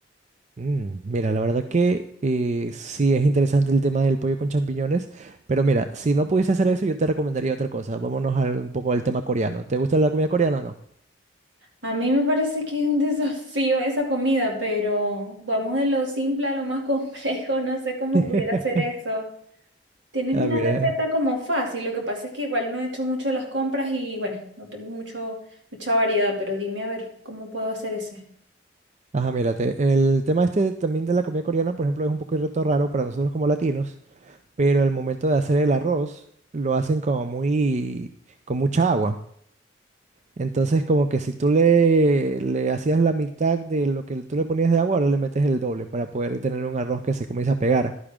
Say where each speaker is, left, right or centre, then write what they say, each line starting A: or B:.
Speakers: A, on the right (about 40°); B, on the right (about 75°).
A: Mm, mira, la verdad que eh, sí es interesante el tema del pollo con champiñones, pero mira, si no pudiese hacer eso, yo te recomendaría otra cosa. Vámonos al- un poco al tema coreano. ¿Te gusta la comida coreana o no?
B: A mí me parece que es un <laughs> desafío esa comida, pero vamos de lo simple a lo más complejo. <laughs> No sé cómo
A: <laughs>
B: pudiera hacer <laughs> eso. Tienes
A: Ah,
B: una
A: mira.
B: receta como fácil, lo que pasa es que igual no he hecho mucho las compras y bueno, no tengo mucho, mucha variedad, pero dime a ver cómo puedo hacer ese.
A: Ajá, mírate. El tema este también de la comida coreana, por ejemplo, es un poco reto raro para nosotros como latinos, pero al momento de hacer el arroz, lo hacen como muy, con mucha agua. Entonces, como que si tú le, le hacías la mitad de lo que tú le ponías de agua, ahora le metes el doble para poder tener un arroz que se comienza a pegar.